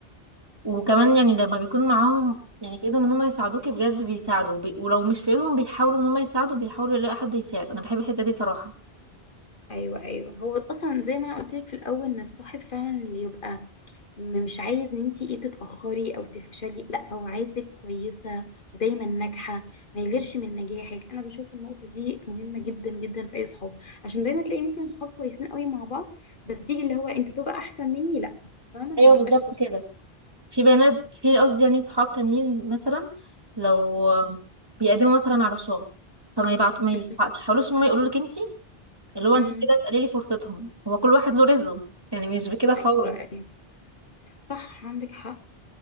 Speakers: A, on the right (about 20°); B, on the left (about 55°).
A: وكمان يعني لما بيكون معاهم يعني في ايدهم ان هم يساعدوكي بجد بيساعدوا وبي... ولو مش في ايدهم بيحاولوا ان هم يساعدوا بيحاولوا يلاقوا حد يساعد انا بحب الحته دي صراحه
B: ايوه ايوه هو اصلا زي ما انا قلت لك في الاول ان الصاحب فعلا اللي يبقى م- مش عايز ان انتي ايه تتأخري او تفشلي لا هو عايزك كويسة ودايما ناجحة ما يغيرش من نجاحك انا بشوف النقطة دي مهمة جدا جدا في اي صحاب عشان دايما تلاقي ممكن صحاب كويسين قوي مع بعض بس تيجي اللي هو انت تبقى احسن مني لا فاهمة ما
A: ايوه
B: نبقاش
A: بالظبط
B: صحاب
A: كده في بنات في قصدي يعني صحاب تانيين مثلا لو بيقدموا مثلا على شغل فما يبعت ما يسع-
B: <laughs>
A: ما يحاولوش ان هم يقولوا لك انت اللي هو انت
B: أمم.
A: كده تقللي فرصتهم هو كل واحد له رزقه يعني مش بكده خالص
B: ايوه ايوه صح عندك حق